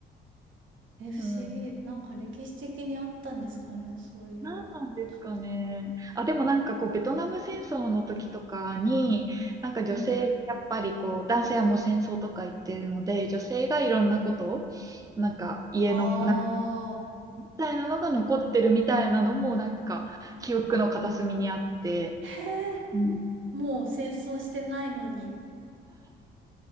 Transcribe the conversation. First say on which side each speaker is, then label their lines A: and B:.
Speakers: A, on the right; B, on the right.
A: え、不思議。
B: うん。
A: なんか歴史的にあったんですかね、そういう。
B: なんなんですかね。
A: ちょっ
B: あ、でもなんかこう、ベトナム戦争の時とかに、なんか女性、
A: とはい。
B: やっぱりこう、男性はもう戦争とか言ってるので、女性がいろんなことを、なんか家の、
A: あ
B: なみたいなのが残ってるみたいなのも、なんか記憶の片隅にあって、
A: あ。へえ、
B: うん、
A: もう戦争してないのに。